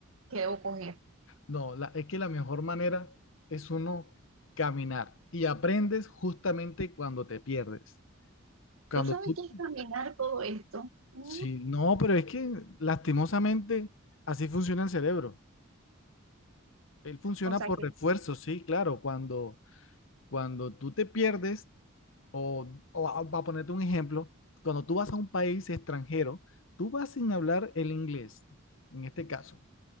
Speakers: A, on the right (about 85°); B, on the left (about 65°).
A: qué debo coger?
B: No, la- es que la mejor manera es uno caminar y aprendes justamente cuando te pierdes. Cuando
A: ¿Tú sabes
B: tú,
A: qué es caminar todo esto? No,
B: sí, no, pero es que lastimosamente así funciona el cerebro. Él funciona
A: o sea
B: por
A: que...
B: refuerzo, sí, claro. Cuando, cuando tú te pierdes, o, o a- para ponerte un ejemplo, cuando tú vas a un país extranjero, tú vas sin hablar el inglés, en este caso.